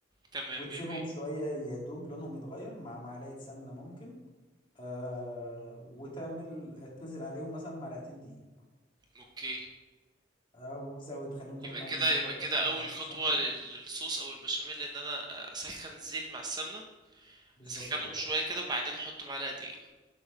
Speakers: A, on the right (about 25°); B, on the left (about 30°).
A: تمام
B: وتسيبهم
A: يا مية
B: شوية يا دوب لونهم يتغير مع معلقة سمنة ممكن آه وتعمل تنزل عليهم مثلا معلقتين دقيق
A: اوكي
B: او زود خليهم ثلاث
A: يبقى
B: معالق
A: كده
B: دقيق
A: يبقى
B: برضه
A: كده
B: عشان احنا
A: اول
B: هنعمل
A: خطوه
B: سمنة دي
A: لل- للصوص او البشاميل ان انا اسخن الزيت مع السمنه
B: بالظبط
A: اسخنهم
B: كده
A: شويه كده وبعدين احط معلقه دقيق